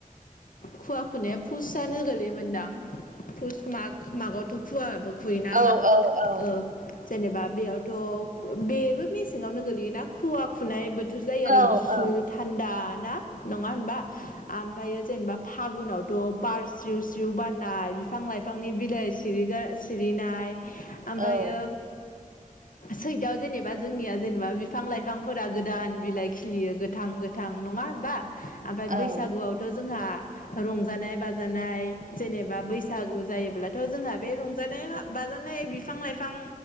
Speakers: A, on the left; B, on the right.
A: खुवा खुनो फुसआानो गोलैयोमदां। माग मागआवथ' खुवाबो खुयोना
B: औ
A: मा
B: औ औ
A: ओ जेनेबा बेयावथ' बेबो मेसेङावनो गोगलैयोना खुवा खुनाय बोथ बोथोर जायो
B: औ
A: आरो गुसु
B: औ
A: थान्दा ना नङा होनबा ओमफ्रायायो। जेनेबा फागुनावथ' बार स्रिउ स्रिउ बारनाय बिफां लाइफांनि बिलाइ सिरि सिरिनाय ओमफ्रायो
B: औ
A: सैदआव जेनेबा जोंनिया जेनेबा बिफां लाइफांफोरा गोदान बिलाइ खिलियो गोथां गोथां। नङा होमबा ओमफ्राय
B: औ
A: बैसागुआव थ' जोंहा रंजानाय बाज बाजानाय बैसागु जायोब्लाथ' जोंहा बे रंजानाय बाजानाय बिफां लाइफां